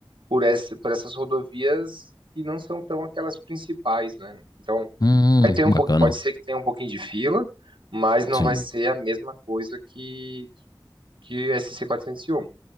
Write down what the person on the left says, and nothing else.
Hum,
bacana.
Sim.